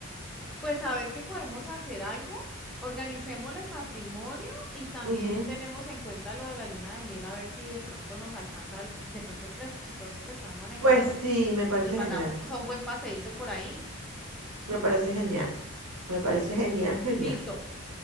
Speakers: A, in the centre; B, on the right.
A: Pues sabes que podemos hacer algo, organicémosle el matrimonio y también
B: Ujú.
A: tenemos en cuenta lo de la luna de miel, a ver si de pronto nos alcanza el- de pronto el presupuesto que están manejando
B: Pues sí, me parece
A: y nos mandamos
B: genial,
A: a un buen paseíto por ahí.
B: me parece genial, me parece genial, genial.
A: Listo.